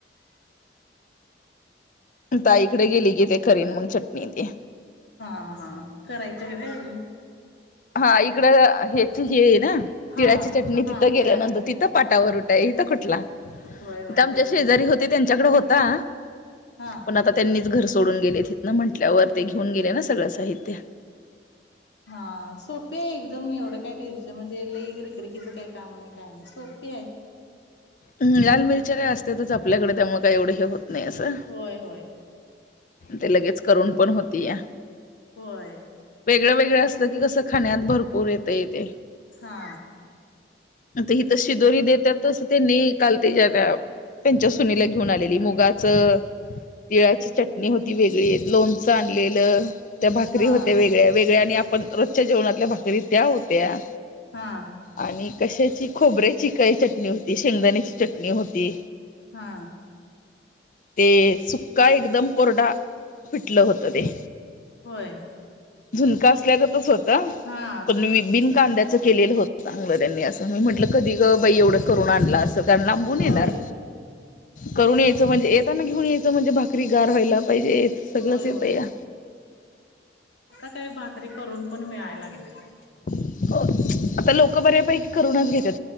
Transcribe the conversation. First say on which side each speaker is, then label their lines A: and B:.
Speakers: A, on the left; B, on the left.
A: ताईकडे गेली कि ते करीन मग चटणी ती
B: हा हा करायच हवे अजून
A: हा इकड ह्याची हे ना
B: हा
A: तिळाची चटणी
B: हा
A: तिथं गेल्यानंतर
B: तिळाची चटणी
A: तिथं पाटावर इथ कुठला
B: होय होय
A: इथ आमच्या
B: ते पण
A: शेजारी
B: आहे
A: होते त्यांच्याकडे होता
B: हा
A: पण आता त्यांनीच घर सोडून गेले तिथ ना म्हंटल्यावर ते घेऊन गेले ना सगळं साहित्य
B: हा, सोपी आहे एकदम एवढं काय त्यांचं म्हणजे लय रिकरकीचं काही काम नाही काय नाही सोप पी आहे.
A: हम्म लाल मिरच्या काय असतातच आपल्याकडे त्यामुळे काय एवढे हे होत नाही असं
B: होय होय.
A: ते लगेच करून पण होतीया
B: होय
A: वेगळं वेगळं असलं की कसं खाण्यात भरपूर येतं येते
B: हा
A: आता ही त शिदोरी देतात तसं मी काल त्यांच्या त्या त्यांच्या सुनेला घेऊन आलेली मुगाच तिळाची चटणी होती वेगळी, एक लोणच आणलेलं त्या भाकरी
B: हा
A: होत्या वेगळ्या वेगळ्या आणि आपण रो जच्या जेवणातल्या भाकरी त्या होत्या
B: हा.
A: आणि कशाची खोबऱ्याची काही चटणी होती, शेंगदाण्याची चटणी होती
B: हा.
A: ते सुक्का एकदम कोरडा पिटले होत ते
B: होय.
A: झुणका असल्यागतच होत
B: हा
A: पण बिन कांद्याच केलेलं होतं चांगलं त्यांनी, असं मी म्हटलं कधी ग बाई एवढं करून आणलं असलं त्या लांबून
B: होय
A: येणार करून यायचं म्हणजे येताना घेऊन यायचं म्हणजे भाकरी गार व्हायला पाहिजे सगळंच
B: होय होय.
A: येतं या
B: आता काय भाकरी करून पण मिळाय लागल्यात
A: हो, आता लोक बऱ्यापैकी करूनच घेत्यात.